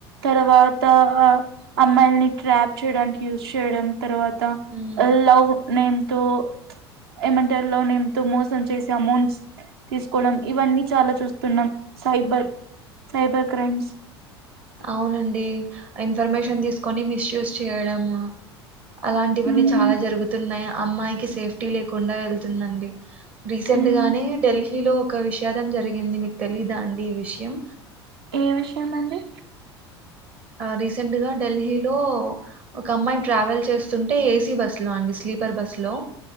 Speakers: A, on the right; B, on the right.
A: తర్వాతా అమ్మాయిల్ని ట్రాప్ చేయడానికి యూస్ చేయడం. తర్వాత
B: ఉమ్,
A: లవ్ నేమ్ తో ప్చ్ ఏమంటారు లవ్ నేమ్ తో మోసం చేసి అమౌంట్స్ తీసుకోవడం. ఇవన్నీ చాలా చూస్తున్నాం. Cyber cyber crimes.
B: అవునండీ. ఇన్ఫర్మేషన్ తీసుకొని మిస్యూజ్ చేయడము. అలాంటివన్నీ
A: ఉమ్,
B: చాలా జరుగుతున్నాయ. అమ్మాయికి సేఫ్టీ లేకుండా వెళ్తుందండి. రీసెంట్గానే
A: ఉమ్.
B: డెల్లీలో ఒక విషాదం జరిగింది మీకు తెలీదా అండి ఈ విషయం.
A: ఏ విషయం అండి.
B: రీసెంట్ గా డెల్హీలో ఒక అమ్మాయి ట్రావెల్ చేస్తుంటే ఏసీ బస్సు లో అండి స్లీపర్ బస్సు లో